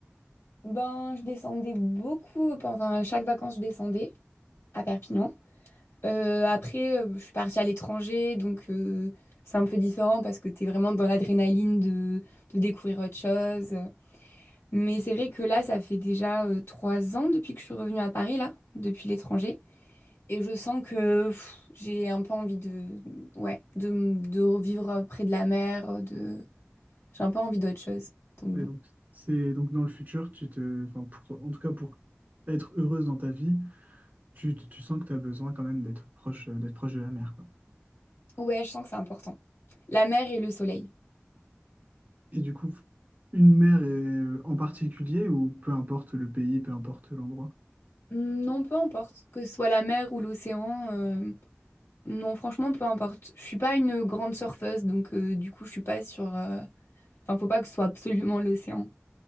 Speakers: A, on the left (about 65°); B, on the right (about 40°).
A: Ben, je descendais beaucoup, enfin, à chaque vacances, je descendais à Perpignan. Euh, après, euh, je suis partie à l'étranger, donc euh, c'est un peu différent parce que t'es vraiment dans l'adrénaline de, de découvrir autre chose. Mais c'est vrai que là, ça fait déjà euh, trois ans depuis que je suis revenue à Paris, là, depuis l'étranger. Et je sens que pff, j'ai un peu envie de, ouais, de, m- de revivre près de la mer, euh, de... J'ai un peu envie d'autre chose. Donc
B: Et
A: bon.
B: donc, c'est, donc dans le futur, tu te, enfin, pour- en tout cas, pour être heureuse dans ta vie, tu, tu sens que tu as besoin quand même d'être proche, euh, d'être proche de la mer, quoi.
A: Ouais, je sens que c'est important. La mer et le soleil.
B: Et du coup, une mer est- euh, en particulier, ou peu importe le pays, peu importe l'endroit,
A: Hmm, Non, peu importe. Que ce soit la mer ou l'océan. euh, Non, franchement, peu importe. Je suis pas une grande surfeuse, donc euh, du coup, je suis pas sur... euh, Enfin, faut pas que ce soit absolument l'océan.